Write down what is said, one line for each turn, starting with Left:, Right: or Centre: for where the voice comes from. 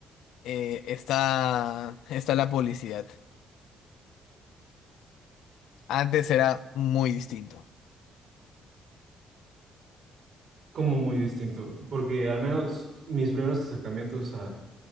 Left: eh, está, está la publicidad. Antes era muy distinto.
Right: como muy distinto, porque al menos mis primeros acercamientos a